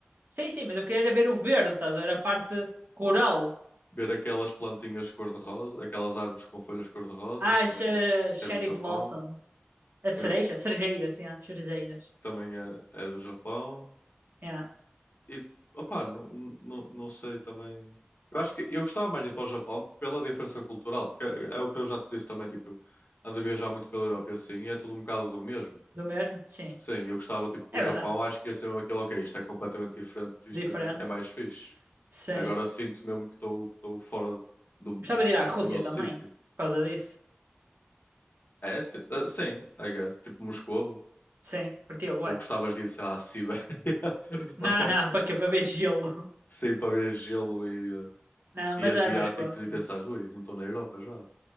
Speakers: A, on the right (about 65°); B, on the left (about 60°).
A: Sim, sim, mas eu queria era ver o verde, estás a ver? A parte rural.
B: ver aquelas plantinhas cor-de-rosa, aquelas árvores com folhas cor-de-rosa,
A: Ah,
B: que também
A: As eh,
B: é, que
A: Cherry
B: é do Japão,
A: Blossom. A cereja,
B: yeah, que,
A: cerejeiras, yeah, cerejeiras.
B: que também é, é do Japão.
A: Yeah.
B: E, opá, não, não, não sei também. Eu acho que eu gostava mais de ir para o Japão pela diferença cultural, porque é, é o que eu já te disse também, tipo, ando a viajar muito pela Europa e assim, e é tudo um bocado do mesmo.
A: Do mesmo? Sim,
B: Sim, eu gostava, tipo, o
A: é
B: Japão,
A: verdade.
B: acho que ia ser mesmo aquilo, ok, isto é completamente diferente, isto
A: Diferente.
B: é, é mais fixe.
A: Sim.
B: Agora sinto mesmo que estou que estou fora do,
A: Gostava de ir à Rússia
B: do meu
A: também,
B: sítio.
A: por causa disso.
B: É, sim, ah, sim, I guess, tipo Moscovo,
A: Sim, curtia bué.
B: ou gostavas de ir, sei lá, à Sibéria, <laughs>
A: Não,
B: lá para,
A: não, <laughs> para quê? Para ver gelo.
B: sim, para ver gelo e
A: Não,
B: eh,
A: mas
B: e asiáticos
A: é Moscou, sim.
B: e pensares, ui, não estou na Europa já.